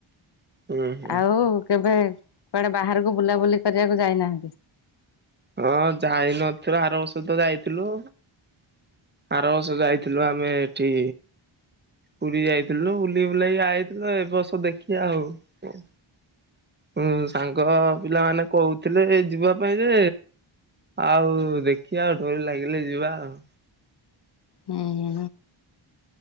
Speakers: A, on the right; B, on the left.
A: ହୁଁ ହୁଁ
B: ଆଉ କେବେ କୁଆଡେ ବାହାରକୁ ବୁଲାବୁଲି କରିବାକୁ ଯାଇନାହାନ୍ତି?
A: ହଁ ଯାଇନଥିଲୁ ଆରବର୍ଷତ ଯାଇଥିଲୁ। ଆର ବର୍ଷ ଯାଇଥିଲୁ ଆମେ ଏଠି ପୁରୀ ଯାଇଥିଲୁ ବୁଲି ବୁଲାକିଆଇଥିଲୁ ଏ ବର୍ଷ ଦେଖି ଆଉ କ ହୁଁ ସାଙ୍ଗ ପିଲା ମାନେ କହୁ ଥିଲେ ଯିବା ପାଇଁ ଯେ ଆଉ ଦେଖିବା ଆଉ ଡୋରି ଲାଗିଲେ ଯିବା ଆଉ।
B: ହୁଁ ହୁଁ।